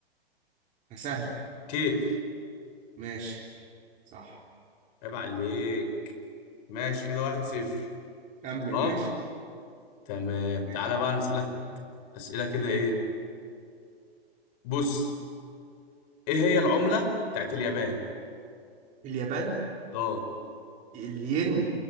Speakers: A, on the right; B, on the left.
A: سهله
B: كيف
A: ماشي صح
B: عيب عليك ماشي كده واحد صفر
A: كمل
B: تمام
A: ماشي
B: تمام
A: ماشي
B: تعالى بقى نسألك أسئلة كده إيه بص إيه هي العملة بتاعت اليابان
A: اليابان
B: أه
A: الين